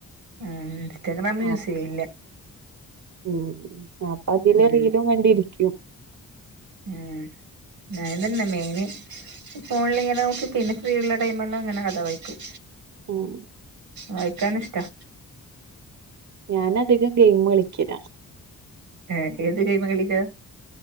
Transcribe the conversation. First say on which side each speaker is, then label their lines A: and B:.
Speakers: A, on the right; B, on the right.
A: ആ ഇൻസ്റ്റഗ്രാമ് യൂസീയില്ല
B: ആ ഉം അപ്പപിന്നെ
A: ഉം
B: റീലും കണ്ടിരിക്കും
A: ഉം <unintelligible> മേയിന് ഫോണില്ങ്ങനെ നോക്കി പിന്നെ ഫ്രീയുള്ള ടൈമെല്ലാങ്ങനെ കഥ വായ്ക്കും
B: ഉം
A: വായിക്കാന്ഷ്ടാ
B: ഞാനധികം ഗെയിമ് കളിക്കല
A: ഏ ഏത് ഗെയ്മ കളിക്ക